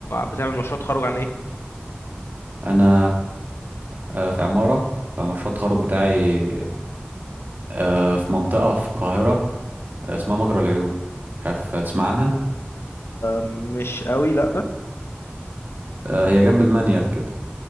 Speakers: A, on the left; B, on the right.
A: بتعمل مشروع تخرج عن ايه
B: أنا آه، في عمارة فمشروع التخرج بتاعي آه، في منطقة في القاهرة آه، اسمها مجرى العيون مش عارف تسمع عنها
A: مش قوي لا
B: آه، هي جنب المنيل كده